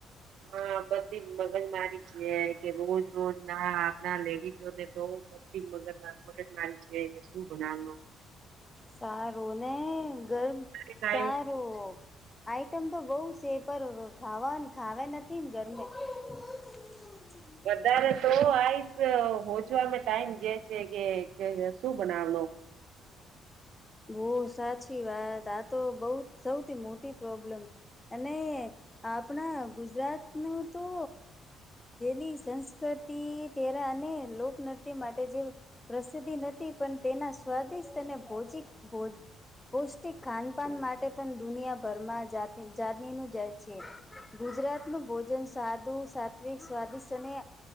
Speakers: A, on the right; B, on the left.
A: હા બધી મગજ મારી છ કે રોજ રોજ ના આપણા લેડીઝોને તો મગ મગજ મારી છે કે શું ભણાવવાનો
B: સારું ને ગરમ
A: ટાઈમ
B: સારું આઈટમ તો બહુ છે પર ખાવા ખાવે નથી ને ગરમે <inaudible>
A: વધારે તો આઈસ હોચવામે ટાઈમ જે છે કે શું બનાવનો
B: બહ સાચી વાત આ તો બઉ સૌથી મોટી પ્રોબ્લેમ અને આપણા ગુજરાત નું તો જેની સંસ્કૃતિ તેરા અને લોકનૃત્ય માટે જે પ્રસિદ્ધિ નથી પણ તેના સ્વાદિષ્ટ અને ભોજિક પૌષ્ટિક ખાનપાન માટે પણ દુનિયાભરમાં જાનીનું જાય છે ગુજરાતનું ભોજન સાદું સાત્વિક સ્વાદિષ્ટ અને